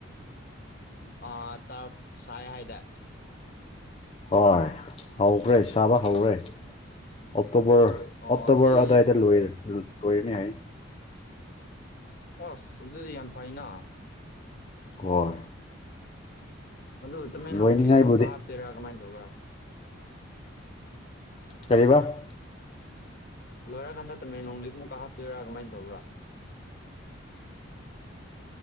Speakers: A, on the left; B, on the left.
A: ꯑ ꯇꯔꯞ ꯁꯥꯏ ꯍꯥꯏꯗꯥꯏ
B: ꯍꯣꯏ ꯍꯧꯈ꯭ꯔꯦ ꯆꯥꯕ ꯍꯧꯈ꯭ꯔꯦ ꯑꯣꯛꯇꯣꯕꯔ
A: ꯑꯣ
B: ꯑꯣꯛꯇꯣꯕꯔ
A: ꯑꯁꯤ
B: ꯑꯗꯨꯋꯥꯏꯗ ꯂꯣꯏ ꯂꯣꯏꯔꯅꯤ ꯍꯥꯏ
A: ꯑꯁ ꯑꯗꯨꯗꯤ ꯌꯥꯝ ꯐꯩꯅ
B: ꯍꯣꯏ
A: ꯑꯗꯨ ꯇꯃꯦꯡꯂꯣꯡ
B: ꯂꯣꯏꯅꯤꯡꯉꯥꯏꯕꯨꯗꯤ
A: ꯂꯤꯛ ꯑꯃꯨꯛꯀ ꯍꯥꯞꯇꯣꯏꯔꯥ ꯀꯃꯥꯏꯅ ꯇꯧꯕ꯭ꯔꯥ
B: ꯀꯔꯤꯕ
A: ꯂꯣꯏꯔꯀꯥꯟꯗ ꯇꯃꯦꯡꯂꯣꯡ ꯂꯤꯛꯃꯨꯛꯀ ꯍꯥꯞꯇꯣꯏꯔꯥ ꯀꯃꯥꯏꯅ ꯇꯧꯕ꯭ꯔꯥ